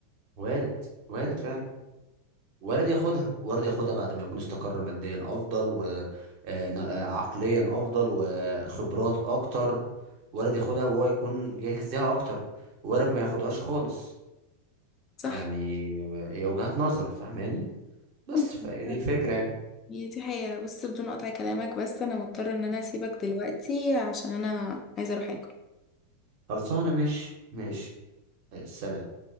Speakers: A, on the right; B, on the left.
A: وارد وارد فعلا وارد ياخدها وارد ياخدها بعد ما يكون استقر ماديا افضل وعقليا افضل وخبرات اكتر وارد ياخدها وهو يكون جاهز ليها اكتر وارد ما ياخدهاش خالص
B: صح
A: يعني هي وجهات نظر فاهماني بس
B: ممكن
A: فدي
B: فعلا.
A: الفكرة يعني
B: هي دي حقيقة بص بدون قطع كلامك بس انا مضطرة ان انا اسيبك دلوقتي عشان انا عايزة اروح اكل
A: خلصانة مش مش السلام